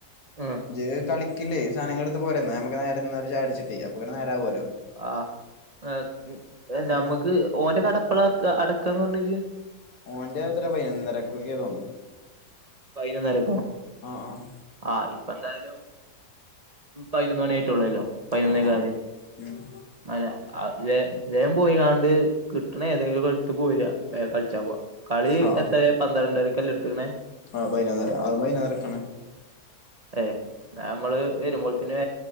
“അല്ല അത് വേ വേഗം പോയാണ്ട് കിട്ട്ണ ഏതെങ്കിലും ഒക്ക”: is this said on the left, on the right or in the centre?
Right